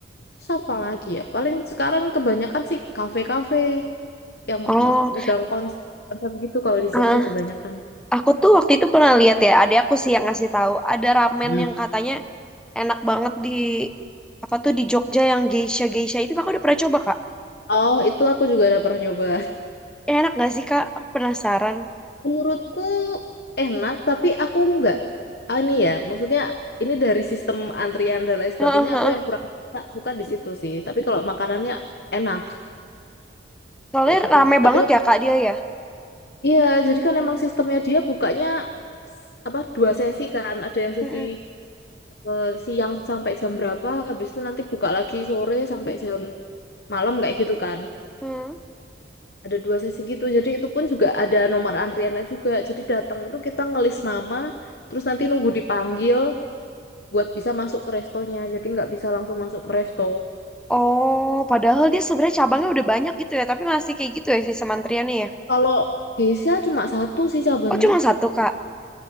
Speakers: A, on the left; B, in the centre.
A: Terus apa lagi ya? Paling sekarang kebanyakan sih kafe-kafe yang
B: Oh,
A: megang konsep, konsep gitu kalau di
B: ah,
A: Jogja kebanyakan.
B: aku tuh waktu itu pernah lihat ya, ada aku sih yang ngasih tahu, ada ramen
A: Hmm.
B: yang katanya enak banget di apa tuh di Jogja yang geisha geisha itu kakak udah pernah coba kak?
A: Oh, itu aku juga udah pernah nyoba.
B: Ya, enak gak sih kak? Aku penasaran.
A: Menurutku enak, tapi aku nggak, ah, ini ya, maksudnya ini dari sistem antrian dan lain sebagainya,
B: Heeh, heeh.
A: aku yang kurang suka, suka di situ sih. Tapi kalau makanannya enak,
B: Soalnya
A: kayak gitu.
B: rame
A: Tapi
B: banget
A: untuk-
B: ya kak dia ya.
A: iya, jadi kan emang sistemnya dia bukanya s- apa dua sesi kan, ada yang sesi
B: Mm-mm.
A: eh, siang sampai jam berapa, habis itu nanti buka lagi sore sampai jam malam kayak gitu kan.
B: Hmm.
A: Ada dua sesi gitu, jadi itu pun juga ada nomor antriannya juga. Jadi datang itu kita ngelis nama, terus nanti nunggu dipanggil. buat bisa masuk ke restonya. Jadi nggak bisa langsung masuk ke resto.
B: Oh, padahal dia sebenarnya cabangnya udah banyak gitu ya, tapi masih kayak gitu ya si antriannya ya.
A: Kalau Geisha cuma satu sih cabangnya.
B: Oh, cuma satu, Kak.